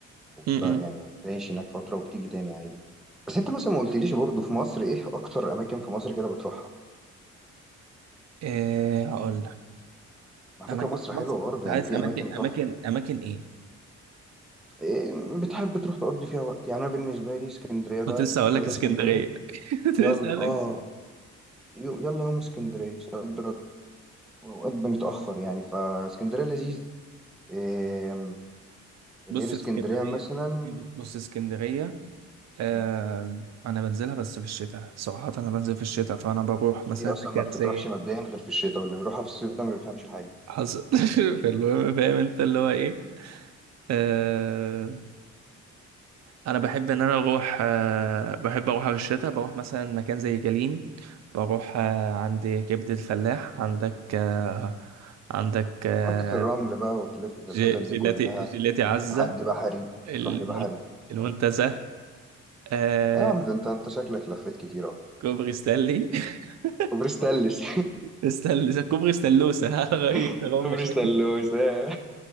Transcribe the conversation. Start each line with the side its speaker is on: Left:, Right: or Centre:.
Centre: وبت...
Right: م-م.
Centre: يعني وبتعيش هناك فترة وبتيجي تاني عادي بس انت مثلا ما قلتليش برضه في مصر ايه اكتر اماكن في مصر كده بتروحها
Right: أه هقول لك
Centre: على
Right: اماكن
Centre: فكرة مصر
Right: في
Centre: حلوة
Right: مصر
Centre: برضه
Right: انت عايز
Centre: يعني في
Right: اماكن
Centre: اماكن تحفة
Right: اماكن اماكن ايه
Centre: إيه بتحب تروح تقضي فيها وقت يعني انا بالنسبة لي اسكندرية ده
Right: كنت لسه هقول
Centre: يلا
Right: لك اسكندرية
Centre: اسكندرية
Right: <laughs> كنت
Centre: يلا
Right: لسه هقول
Centre: اه
Right: لك
Centre: يو- يلا يوم اسكندرية صد رد وأوقات بنتأخر يعني فاسكندرية لذيذ إيه غير
Right: بص
Centre: اسكندرية
Right: اسكندرية
Centre: مثلا
Right: بص اسكندرية آه
Centre: م،
Right: انا بنزلها بس في الشتاء صراحة انا بنزل في الشتاء فانا بروح مثلا
Centre: هي أصلا
Right: مكان
Centre: ما بتطرحش
Right: زي
Centre: مبدئيا غير في الشتاء واللي بيروحها في الصيف ده ما بيفهمش حاجة
Right: حصل <laughs> فالمهم فاهم انت اللي هو ايه آه انا بحب ان انا اروح آه بحب اروح في الشتاء بروح مثلا مكان زي جليم بروح آه عند كبد الفلاح عندك آه عندك آه
Centre: محطة الرمل بقى وتلف في
Right: ج-
Centre: الحتت
Right: جيلاتي
Centre: دي كلها
Right: جيلاتي عزة
Centre: لحد بحري
Right: المن-
Centre: تروح لبحري اه
Right: المنتزه آه
Centre: يا عم ده انت انت شكلك لفيت كتير اهو
Right: كوبري ستانلي <laughs>
Centre: كوبري ستانلس
Right: استنى كوبري ستانلوسة <laughs> غير
Centre: <laughs>
Right: كرام
Centre: كوبري
Right: مشاكل
Centre: ستانلوسة